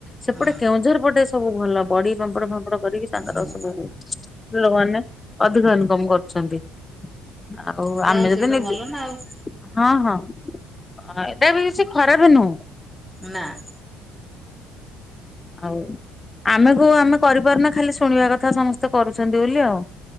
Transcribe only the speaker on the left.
ସେପଟେ
କେଉଁଝର ପଟେ ସବୁ ଭଲ ବଡି ପାମ୍ପଡ଼ ଫାମ୍ପଡ କରିକି ତାଙ୍କର
ସବୁ ଲୋକମାନେ ଅଧିକ ଇନକମ କରୁଛନ୍ତି। ଆଉ
ଆମେ
ଯଦି
ନୀଜେ
ହଁ ହଁ‌। ହଁ ଏଟା ବି କିଛି ଖରାପ ନୋହୁଁ।
ଆଉ ଆମେ ଆମକୁ କରିପାରୁନା ଖାଲି ଶୁଣିବା କଥା ସମସ୍ତେ କରୁଛନ୍ତି ବୋଲି ଆଉ